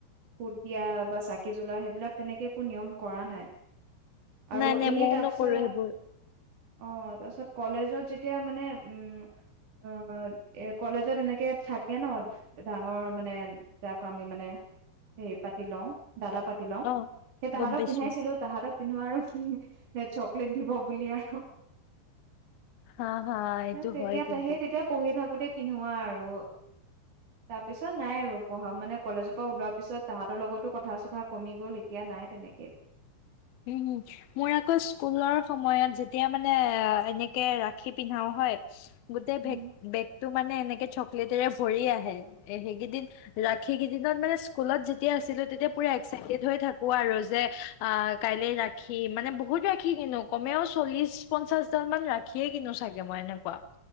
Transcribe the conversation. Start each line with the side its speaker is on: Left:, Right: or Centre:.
Right: ফুট দিয়া বা চাকি জলোৱা সেইবিলাক তেনেকে একো নিয়ম কৰা নাই। আৰু
Left: নাই নাই
Right: এনেই
Left: ময়ো
Right: তাৰপিছত
Left: নকৰো সেইবোৰ।
Right: অ তাৰপিছত কলেজত যেতিয়া মানে উম অ এ কলেজত এনেকৈ থাকে ন ডাঙৰ মানে যাক আমি মানে হেৰি পাতি লওঁ। দাদা পাতি লওঁ,
Left: অ
Right: সেই তাহাঁতক
Left: গম পাইছো
Right: পিন্ধাইছিলো তাহাঁতক পিন্ধো আৰু কি চকলেট দিব বুলি আৰু।
Left: হা হা এইটো
Right: তেতিয়া
Left: হয় কিন্তু
Right: সেই তেতিয়া পঢ়ি থাকো। কাপুতেই পিন্ধোৱা আৰু তাৰপিছত নাই আৰু পঢ়া মানে কলেজৰ পৰা ওলোৱাৰ পিছত তাহাঁতৰ লগতো কথা চথা কমি গ'ল এতিয়া নাই তেনেকৈ।
Left: উম হুম, মোৰ আকৌ স্কুলৰ সময়ত যেতিয়া মানে এনেকে ৰাখি পিন্ধাও হয় গোটে
Right: উম
Left: বেক বেক তু মানে এনেকে চকলেটেৰে ভৰি আহে, এ সেইকেইদিন ৰাখি কেইদিনত মানে স্কুলত যেতিয়া আছিলো তেতিয়া পুৰা এক্সাইটেড হৈ থাকো আৰু যে আহ কাইলে ৰাখি মানে বহুত ৰাখি কিনো কমেও চল্লিশ পঞ্চাশডাল মান ৰাখিয়ে কিনো চাগে মই এনেকুৱা।